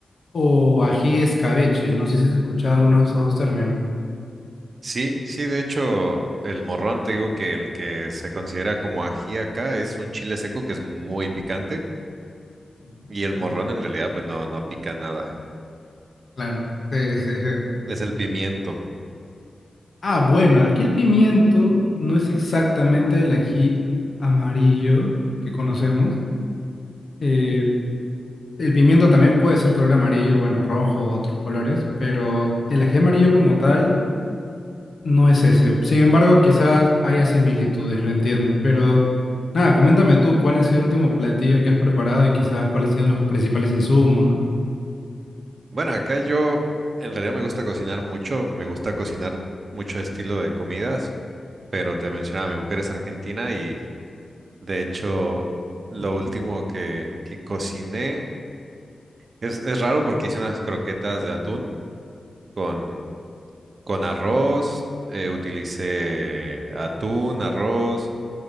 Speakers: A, on the left; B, on the right.
A: o ají escabeche. No sé si has escuchado alguno de esos dos términos.
B: Sí, sí, de hecho, el morrón, te digo que el que se considera como ají acá es un chile seco que es muy picante
A: Mm.
B: Y el morrón en realidad pues no, no pica nada.
A: Claro. Sí, sí, sí.
B: Es el pimiento.
A: Ah, bueno, aquí el pimiento no es exactamente el ají amarillo que conocemos, eh, El pimiento también puede ser color amarillo, bueno, rojo, otros colores, pero el ají amarillo como tal no es ese. Sin embargo, quizás haya similitudes, lo entiendo. Pero nada, coméntame tú cuál ha sido el último platillo que has preparado y quizás cuáles han sido los principales insumos, ¿no?
B: Bueno, acá yo en realidad me gusta cocinar mucho, me gusta cocinar mucho estilo de comidas, pero te mencionaba, mi mujer es argentina y de hecho lo último que, que cociné es, es raro porque hice unas croquetas de atún con, con arroz, eh, utilicé atún, arroz,